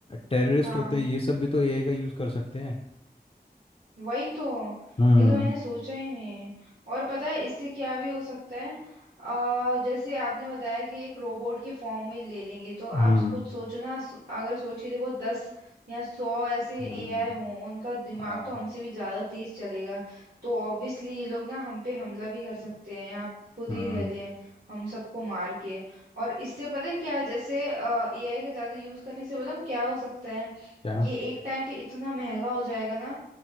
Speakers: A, on the left; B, on the right.
A: टेररिस्ट
B: हाँ
A: होते हैं ये सब भी तो एआई का यूज़ कर सकते हैं
B: वही तो
A: हम्म
B: ये तो मैंने सोचा ही नहीं और पता है इससे क्या भी हो सकता है आ, जैसे आपने बताया कि एक रोबोट के फॉर्म में ले लेंगे तो आप
A: हम्म
B: खुद सोचो ना सो- अगर सोच के देखो दस या सौ ऐसे
A: हम्म
B: एआई हों उनका दिमाग
A: आ,
B: तो हमसे भी ज्यादा तेज चलेगा तो ऑब्वियसली ये लोग ना हम पे हमला भी कर सकते हैं आप खुद
A: हम्म
B: ही रह लें हम सबको मार के और इससे पता है क्या है, जैसे एआई का ज्यादा यूज करने से बताऊं क्या हो सकता है
A: क्या
B: ये एक टाइम पे इतना महंगा हो जाएगा ना